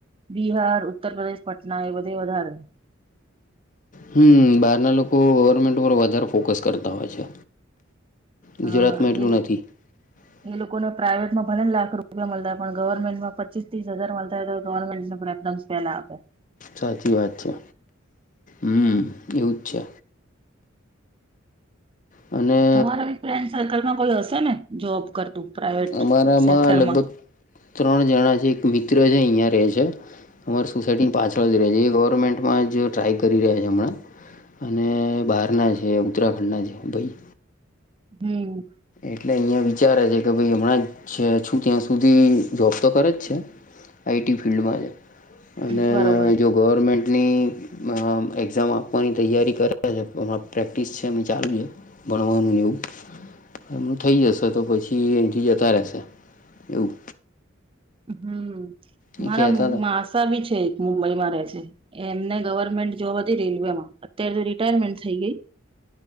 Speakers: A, on the right; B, on the left.
A: બિહાર ઉત્તરપદેશ પટના એ બધે વધારે.
B: હમ્મ બાર ના લોકો ગવર્મેન્ટ પર વધારે ફોકસ કરતા હોય છે.
A: હા
B: ગુજરાતમાં એટલું
A: એ
B: <inaudible>
A: એ લોકોને પ્રાઇવેટમાં ભલેને લાખ રૂપિયા મળતા પણ ગવર્મેન્ટમાં પચીસ ત્રીસ હજાર મળતા હો તો ગવર્મેન્ટ પ્રેફ વેલા આપે
B: સાચી વાત છે, મમ્મ એવુંજ છે. અને
A: તમારે ફ્રેન્ડ સર્કલમાં કોઈ હશે ને જોબ કરતું પ્રાાઈવેટ
B: અમારામાં
A: સેક્ટરમાં
B: લગભગ ત્રણ જણા છે એક મિત્ર છે અહિયા રે છે અમારી સોસાયટીની પાછળ જ રય છે એ ગવર્મેન્ટમાં જ ટ્રાય કરી રહ્યા છે હમણાં અને બહારના છે ઉત્તરાખંડના છે એ ભાઈ
A: હમ
B: એટલે અહીયાં વિચારે છે કે ભાઈ હમણાં જ છું ત્યાં સુધી જોબ તો કરે જ છે આઈટી ફિલ્ડમાં છે અને
A: બરોબર
B: જો ગવર્મેન્ટની અ એક્ઝામ આપવાની તૈયારી કરે છે <unintelligible> પ્રેક્ટિસ છે એ ચાલુ છે ભણવાનું એવું એમ થઈ જશે તો પછી અઈથી જતા રહેશે એવું
A: હમ
B: એ
A: મારા
B: કેતા હતા
A: માસા ભી છે એક મુંબઈ માં રે છે એમને ગવર્મેન્ટ જોબ હતી રેલવેમાં અત્યારે તો રિટાયરમેન્ટ થઈ ગઈ